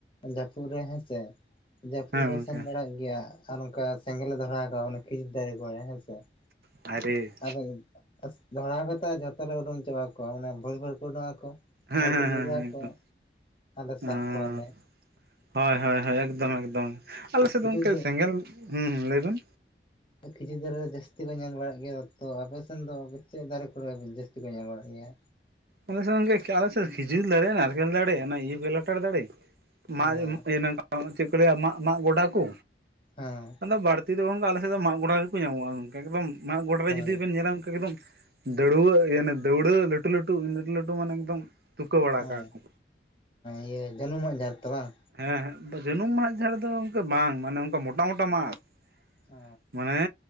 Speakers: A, on the left (about 30°); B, on the right (about 60°).
A: ᱡᱟᱹᱫᱯᱩ ᱨᱮ ᱦᱮᱸ ᱥᱮ ᱾ ᱡᱟᱹᱯᱩᱫ
B: ᱦᱮᱸ
A: ᱨᱮ
B: ᱜᱚᱝᱠᱮ
A: ᱥᱮᱱ ᱵᱟᱲᱟᱜ ᱜᱮᱭᱟ ᱟᱨ ᱚᱱᱠᱟ ᱥᱮᱸᱜᱮᱞ ᱞᱮ ᱫᱷᱚᱨᱟᱣ ᱟᱠᱚ ᱠᱷᱤᱡᱩᱨ ᱫᱟᱨᱮ ᱠᱚᱨᱮ ᱦᱮᱸᱥᱮ ᱾
B: ᱟᱭᱨᱮ
A: ᱟᱫᱚ ᱫᱷᱚᱨᱟᱣ ᱠᱟᱛᱮᱜ ᱡᱷᱚᱛᱚ ᱞᱮ ᱚᱰᱟᱹᱝ ᱪᱟᱵᱟ ᱠᱚᱣᱟ ᱢᱟᱱᱮ ᱵᱷᱩᱨ ᱵᱷᱩᱨ ᱠᱚ ᱩᱰᱩᱝ ᱟᱠᱚ ᱾
B: ᱦᱮᱸ
A: ᱟᱨᱠᱚ
B: ᱦᱮᱸ
A: ᱧᱩᱨᱦᱩᱜ
B: ᱦᱮᱸ
A: ᱟᱠᱚ
B: ᱮᱠᱫᱚᱢ
A: ᱟᱨᱞᱮ ᱥᱟᱵ
B: ᱚᱸ
A: ᱠᱚᱣᱟᱞᱮ ᱾
B: ᱦᱳᱭ ᱦᱳᱭ ᱦᱳᱭ ᱮᱠᱫᱚᱢ ᱮᱠᱫᱚᱢ ᱟᱞᱮ
A: ᱟᱨ
B: ᱥᱮᱫ
A: ᱠᱷᱤᱡᱩᱨ
B: ᱫᱚ ᱜᱚᱢᱠᱮ ᱥᱮᱸᱜᱮᱞ ᱦᱩᱸᱦᱩᱸ ᱞᱟᱹᱭ ᱵᱤᱱ
A: ᱠᱷᱤᱡᱩᱨ ᱫᱟᱨᱮ ᱨᱮ ᱡᱟᱹᱥᱛᱤ ᱠᱚ ᱧᱮᱞ ᱵᱟᱲᱟᱜ ᱜᱮᱭᱟ ᱛᱚ ᱟᱯᱮ ᱥᱮᱱ ᱫᱚ ᱪᱮᱫ ᱫᱟᱨᱮ ᱠᱚᱨᱮ ᱡᱟᱹᱥᱛᱤ ᱠᱚ ᱧᱮᱞ ᱵᱟᱲᱟᱜ ᱜᱮᱭᱟ?
B: ᱟᱞᱮ ᱥᱮᱱ ᱜᱚᱝᱠᱮ ᱟᱞᱮ ᱥᱮᱫ ᱠᱷᱤᱡᱩᱨ ᱫᱟᱲᱮ, ᱱᱟᱨᱠᱮᱞ ᱫᱟᱲᱮ, ᱚᱱᱟ ᱤᱭᱟᱹ ᱞᱚᱴᱟᱨ ᱫᱟᱲᱮ
A: ᱦᱮᱸ
B: ᱢᱟᱨᱮ ᱤᱭᱟᱹ ᱪᱮᱫ ᱠᱚ ᱞᱟᱹᱭᱟ ᱢᱟ ᱢᱟᱜ ᱜᱚᱰᱟ ᱠᱚ
A: ᱦᱮᱸ
B: ᱟᱫᱚ ᱵᱟᱹᱲᱛᱤ ᱫᱚ ᱜᱚᱝᱠᱮ ᱟᱞᱮ ᱮᱠᱫᱚᱢ ᱢᱟᱜ ᱜᱚᱰᱟ ᱨᱮ ᱜᱮᱠᱚ ᱧᱟᱢᱚᱜ-ᱟ ᱜᱚᱝᱠᱮ ᱮᱠᱫᱚᱢ ᱢᱟᱜ ᱜᱚᱰᱟᱨ ᱨᱮ
A: ᱦᱳᱭ
B: ᱡᱩᱫᱤ ᱵᱮᱱ ᱧᱮᱞᱟ ᱜᱚᱝᱠᱮ ᱮᱠᱫᱚᱢ ᱫᱟᱹᱲᱣᱟᱹ ᱚᱱᱮ ᱫᱟᱹᱣᱲᱟᱹ ᱞᱟᱹᱴᱩ ᱞᱟᱹᱴᱩ ᱞᱟᱹᱴᱩ ᱞᱟᱹᱴᱩ ᱢᱟᱱᱮ ᱮᱠᱫᱚᱢ ᱛᱩᱠᱟᱹ ᱵᱟᱲᱟ
A: ᱦᱮᱸ
B: ᱠᱟᱜ-ᱟ ᱠᱚ᱾
A: ᱤᱭᱟᱹ ᱡᱟᱹᱱᱩᱢᱟᱜ ᱡᱷᱟᱲ ᱛᱚ ᱵᱟᱝ?
B: ᱦᱮᱸ ᱦᱮᱸ ᱡᱟᱹᱱᱩᱢ ᱢᱟᱜ ᱡᱷᱟᱲ ᱫᱚ ᱜᱚᱝᱠᱮ ᱵᱟᱝ ᱢᱟᱱᱮ ᱚᱱᱠᱟ ᱢᱚᱴᱟ ᱢᱚᱴᱟ ᱢᱟᱫ ᱾
A: ᱚ
B: ᱢᱟᱱᱮ